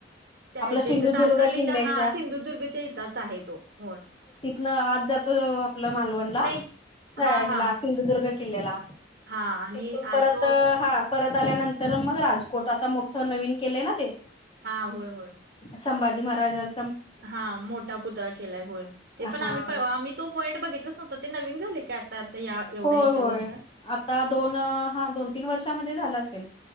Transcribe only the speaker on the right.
त्या
ह्याच्या
इथं तारकर्लीच्या
हा सिंधुदुर्गच्या इथच आहे तो होय.
नाही
हा
हा
हा आणि
आ,
तो
हा होय होय.
हा मोठा पुतळा केलाय होय. ते पण
आम्ही आम्ही तो पॉईंट बघितलाच नव्हतां ते नवीन झाली का. आता या एवढ्या
ह्याच्या
वर्षात